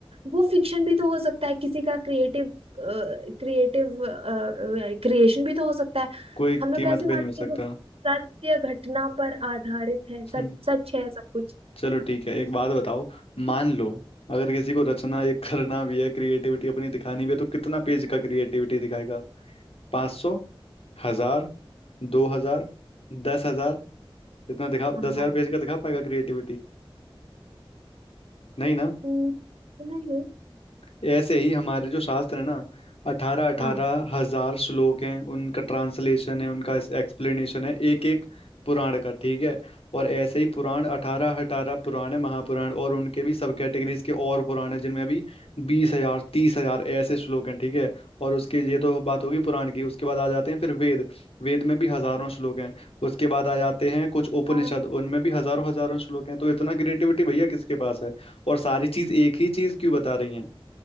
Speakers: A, on the right; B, on the left.
A: वो फिक्शन भी तो हो सकता है किसी का क्रिएटिव क्रिएटिव क्रिएशन भी तो हो सकता है
B: कोई
A: हम लोग
B: कीमत
A: कैसे माने
B: पे नहीं हो सकता
A: कि वो सत्य घटना पर आधारित है सच
B: हम्म
A: सच है सब कुछ
B: चलो ठीक है एक बात बताओ मान लो अगर किसी को रचना ये करना भी है क्रिएटिविटी अपनी दिखानी भी है तो कितना पेज का क्रिएटिविटी दिखाएगा पाँच सौ हजार दो हजार दस हजार इतना दिखा दस
A: हाँ
B: हजार पेज का दिखा पाएगा क्रिएटिविटी नहीं ना
A: हम्म, नहीं
B: ऐसे ही हमारे जो शास्त्र है ना अठारह अठारह
A: हाँ
B: हजार श्लोक हैं उनका ट्रांसलेशन है उनका एक्सप्लेनेशन है एक एक पुराण का ठीक है और ऐसे ही पुराण अठारह अठारह पुराण है महापुराण और उनके भी सब कैटेगरीज के और पुराण है जिनमें अभी बीस हजार तीस हजार ऐसे श्लोक हैं ठीक है और उसके ये तो बात होगी पुराण की उसके बाद आ जाते हैं फिर वेद वेद में भी हजारों श्लोक हैं उसके बाद आ जाते हैं कुछ उपनिषद
A: हाँ
B: उनमें भी हजारों हजारों श्लोक हैं तो इतना क्रिएटिविटी भैया किसके पास है और सारी चीज एक ही चीज क्यों बता रही है